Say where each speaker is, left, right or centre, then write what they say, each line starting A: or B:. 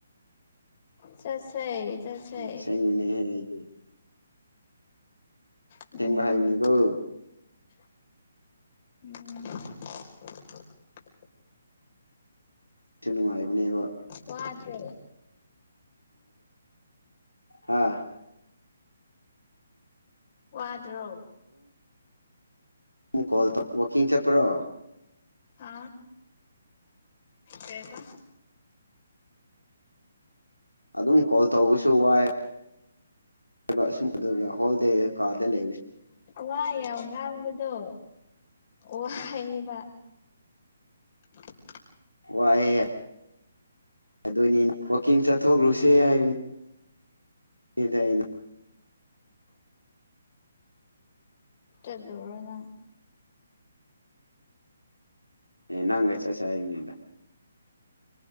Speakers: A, on the left (about 40°); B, on the left (about 90°).
A: ꯆꯠꯁꯦ ꯆꯠꯁꯦ
B: ꯑꯁꯦꯡꯕꯅꯦꯍꯦ ꯑꯩꯗꯤ
A: ꯎꯝ
B: ꯊꯦꯡꯕ ꯍꯥꯏꯕꯅꯤꯀꯣ
A: ꯎꯝ
B: ꯁꯤ ꯅꯨꯡꯉꯥꯏꯕꯅꯦꯕ
A: ꯋꯥꯗ꯭ꯔꯦ
B: ꯍꯥꯥ
A: ꯋꯥꯗ꯭ꯔꯣ
B: ꯀꯜ ꯇ ꯋꯥꯀꯤꯡ ꯆꯄ꯭ꯔꯣ
A: ꯑ ꯀꯕ
B: ꯑꯗꯨꯝ ꯀꯣꯜ ꯇꯧꯕꯁꯨ ꯋꯥꯏ ꯍꯥꯏꯨꯝ ꯑꯗꯨꯒ ꯍꯣꯜ ꯗꯦ ꯀꯥꯗ ꯂꯩꯔꯤ
A: ꯋꯥꯏ ꯌꯥꯝ ꯉꯥꯡꯕꯗꯣ ꯋꯥꯌꯦꯕ ꯊ
B: ꯋꯥꯑ ꯌꯥ ꯑꯗꯨꯅꯤ ꯋꯥꯛꯀꯤꯡ ꯆꯠꯊꯣꯛꯂꯨꯁꯦ ꯍꯥꯏꯕꯅꯤ ꯍꯗꯗ
A: ꯇꯂꯔꯅ
B: ꯅꯒ ꯆꯠ ꯆꯅꯤꯗ